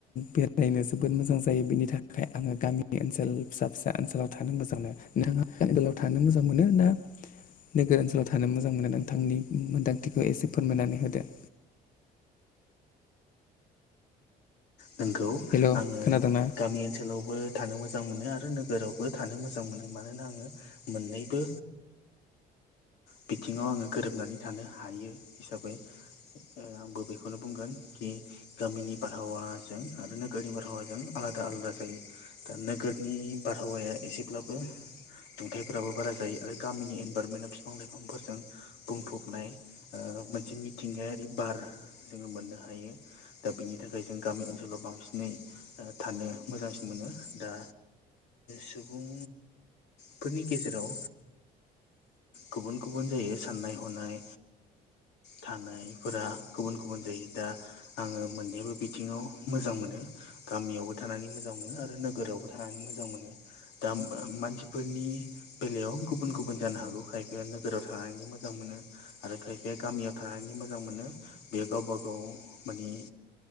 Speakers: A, on the left; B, on the left.
A: बेरायनो जोबोद मोजां जायो बिनि थाखाय आङो गामि ओनसोल फिसा फिसा ओनसोलाव थानो मोजां मोनो <unintelligible> थानो मोजां मोनो ना नोगोर ओनसोलाव थानो मोजां मोनो आोंथांनि मोन्दांथिखौ एसे फोरमायनानै होदो
B: नंगौ
A: हेल'
B: आङो
A: खोनादोंना
B: गामि ओनसोलावबो थानो मोजां मोनो आरो नोगोरावबो थानो मोजां मोनो मानोना आङो मोननैबो बिथिङाव आङो गोरोबनानै थानो हायो हिसाबै आंबो बेखौनो बुंगोन कि गामिनि बारहावा जों आरोनो गोरारिि बारहावाजों आलादा आलादा जायो दा नोगोरनि बारहावाया एसेब्लाबो दुंथायाइफोराबो बारा जायो आरो गामिनि इनभाररमेन्टआव बिफां लाइफांफोरजों बुंफबनाय मोनसे मिथिंगायारि बार जोङो मोननो हायो दा बिनि थाखाय जों गामि ओनसोलाव बांसिनै थानो मोजांसिन मोनो दा सुबुं फोरनि गेजेराव गुबुन गुबुन जायो साननाय हनाय थानायफोरा गुबुन गुबुन जायो दा आङो मोननैबो बिथिङाव मोजां मोनो गामियावबो थानानै मोजां मोनो आरो नोगोरावबो थानानै मोजां मोनो दा मानसिफोरनि बेलायाव गुबुन गुबुन जानो हागौ खायफाया नोगोराव थनो मोजां मोनो आरो खायफाया गामियाव थानानै मोजां मोनो बेयो गावबा गाव माने